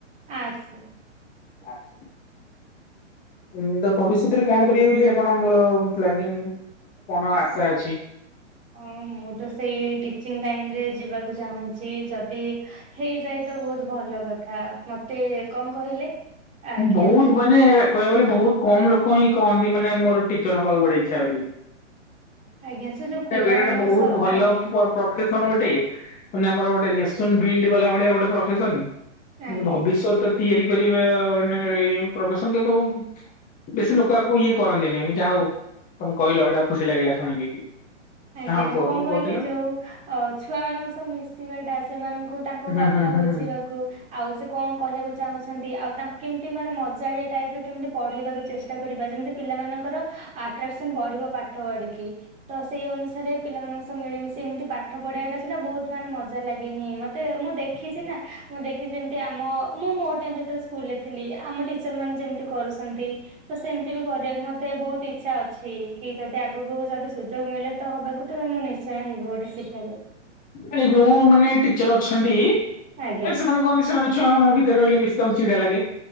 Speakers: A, on the right; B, on the left.
A: Arts
B: ads. ହୁଁ, ତ ଭବିଷ୍ୟତରେ କଣ କରିବେ ବୋଲି, ଆପଣଙ୍କର ପ୍ଲାନିଂ କଣ ଆଶା ଅଛି?
A: ହ, ମୁଁ ତ ସେଇ ଟିଚିଂ ଲାଇନ ରେ ଯିବାକୁ ଚାହୁଁ ଚି, ଯଦି ହେଇଯାଏ ତ ବହୁତ ଭଲ କଥା ମତେ, କଣ କହିଲେ? ଆଜ୍ଞା
B: ହୁଁ, ବହୁତ ଭ ମାନେ, କହିବାକୁ ଗଲେ ବହୁତ କମ୍ ଲୋକ ହିଁ କହନ୍ତି ମାନେ ମୋର ଟିଚର୍ ହବାକୁ ଗୋଟେ ଇଛା ବୋଲି।
A: ଆଜ୍ଞା ସେ ଯୋଉ
B: ମାନେ
A: ପିଲାମାନଙ୍କ
B: ବି ଏଡ୍ ବହୁତ
A: ସହ
B: ଭଲ
A: ଆଜ୍ଞା
B: ପ ପ୍ରଫେସନ୍ ଗୋଟେ, ମାନେ ଆମର ଗୋଟେ ନେସନ୍ ବିଲ୍ଡ୍ ବାଲା ଭଳିଆ ଗୋଟେ ପ୍ରଫେସନ।
A: ଆଜ୍ଞା
B: ଭବିଷ୍ୟତ ତିଆରି କରିବା ମାନେ ଇଏ ପ୍ରଫେସନ, କିନ୍ତୁ ବେଶୀ ଲୋକ ଆକୁ ଇଏ କରନ୍ତିନି, ଯାହା ହଉ, ତମେ କହିଲ ଏଇଟା ଖୁସି ଲାଗିଲା ଶୁଣିକି।
A: ଆଜ୍ଞା,
B: ହଁ କୁହ
A: କଣ କହିଲେ
B: କହୁଥିଲ?
A: ଯୋଉ ଅ ଛୁଆମାନଙ୍କୁ ସହ ମିଶିବା ଟା, ସେମାନଙ୍କୁ ତାଙ୍କ
B: ହୁଁ
A: କଥା
B: ହୁଁ ହୁଁ।
A: ବୁଝିବା କୁ, ଆଉ ସେ କଣ କହିବାକୁ ଚାହୁଁଛନ୍ତି, ଆଉ ତାଙ୍କୁ କେମତି ମାନେ ମଜାଳିଆ ଟାଇପରେ କେମତି ପଢେଇବାକୁ ଚେଷ୍ଟା କରିବା, ଯେମିତି ପିଲାମାନଙ୍କର ଆଟ୍ରାକ୍ସନ ବଢିବ ପାଠ ଆଡିକି ତ ସେଇ ଅନୁସାରେ ପିଲାମାନଙ୍କ ସହ ମିଳିମଶି ଏମିତି ପାଠ ପଢିବାଟା, ସେଟା ବହୁତ ମାନେ ମଜା ଲା ହିଁ ହିଁ, ମତେ ମୁଁ ଦେଖିଛି ନା, ମୁଁ ଦେଖିଛି ଯେମିତି ଆମ ମୁଁ ମୋ ଟାଇମ୍ ଯେତେଏଳେ ସ୍କୁଲ୍ ରେ ଥିଲି, ଆମ ଟିଚର୍ ମାନେ ଯେମିତି କରୁଚନ୍ତି, ତ ସେମତି ବି କରିବାକୁ ମତେ ବହୁତ ଇଛା ଅଛି। କି ଯଦି ଆଗକୁ ଯଦି ସୁଯୋଗ ମିଳେ ତ, ହବାକୁ ତ, ମୁଁ ନିଶ୍ଚୟ ହେବି ଗୋଟେ ଶିକ୍ଷକ।
B: ଆରେ ଯୋଉମାନେ ଟିଚର ଅଛନ୍ତି,
A: ଆଜ୍ଞା
B: ଆ ସେମାନେ କୁହନ୍ତି ସେମାନେ ଛୁଆ ମାନଙ୍କ ଭିତରେ ରହିଲେ ବେଶୀ ତାଙ୍କୁ ଚିଡା ଲାଗେ